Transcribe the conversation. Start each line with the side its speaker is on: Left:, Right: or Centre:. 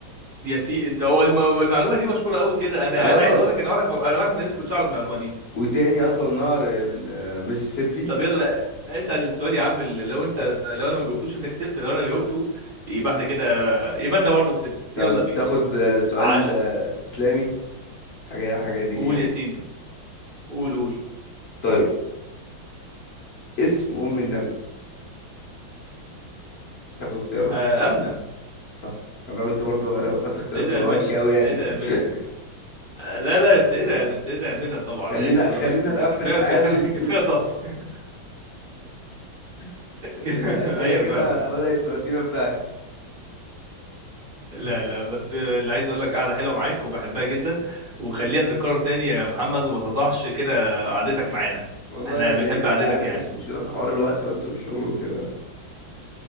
Right: يا سي انت هو الم... والمعلومه دي مشهوره قوي كده انا
Left: اه
Right: انا عايز اقول لك انا واحد م... انا واحد من الناس ما كنتش اعرف المعلومه دي
Left: وتاني اطول نهر المسيسيبي
Right: طب يلا اسال السؤال يا عم اللي لو انت لو انا ما جاوبتوش انت كسبت لو انا جاوبته يبقى احنا كده يبقى انت برضو كسبت
Left: طب
Right: يلا بينا
Left: تاخد آه، سؤال
Right: عشان
Left: آه، اسلامي حاجه حاجه دينيه
Right: قول يا سيدي قول قول
Left: طيب اسم ام النبي تاخد اختيارات
Right: آه، امنه
Left: صح انا قلت برضو لو خدت اختيارات
Right: السيدة
Left: تبقى
Right: آمنة
Left: وحشه
Right: السيدة
Left: قوي يعني <laughs>
Right: آمنة آه، لا لا السيدة
Left: ماشي يا عم
Right: السيدة آمنة طبعا
Left: خلينا
Right: يعني عايز أقول
Left: خلينا
Right: لك
Left: نقفل
Right: كفاية
Left: تعادل
Right: كفاية كفاية طاس <laughs>
Left: <laughs> عشان
Right: <laughs>
Left: الاسئله
Right: ايوه
Left: كده
Right: فاهمك
Left: بدات تودينا في داهيه
Right: لا لا بس اللي عايز اقول لك قاعده حلوه معاك وبحبها جدا وخليها تتكرر تاني يا محمد وما تضحش كده قعدتك معانا
Left: والله
Right: احنا بنحب
Left: انت
Right: قعدتك
Left: عارف
Right: يعني
Left: بس مشكلة في حوار الوقت بس والشغل وكده